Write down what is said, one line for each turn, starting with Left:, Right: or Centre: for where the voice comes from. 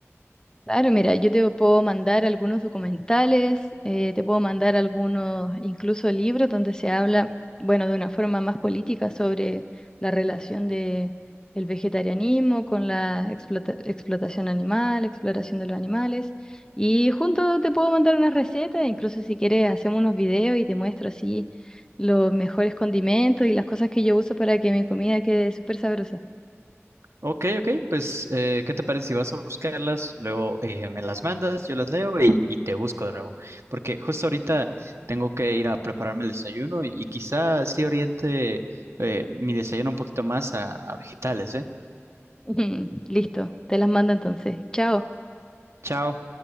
Left: Claro, mira, yo te puedo mandar algunos documentales, eh, te puedo mandar algunos, incluso libros donde se habla, bueno, de una forma más política sobre la relación de el vegetarianismo con la explota- explotación animal, exploración de los animales. Y junto te puedo mandar unas recetas, incluso si quieres hacemos unos videos y te muestro así los mejores condimentos y las cosas que yo uso para que mi comida quede súper sabrosa.
Right: Ok, ok, pues eh, ¿qué te parece si vas a buscarlas? Luego eh, me las mandas, yo las leo y, y te busco de nuevo. Porque justo ahorita tengo que ir a prepararme el desayuno y, y quizá sí oriente eh, mi desayuno un poquito más a, a vegetales, ¿eh?
Left: <laughs> Listo, te las mando entonces. Chao.
Right: Chao.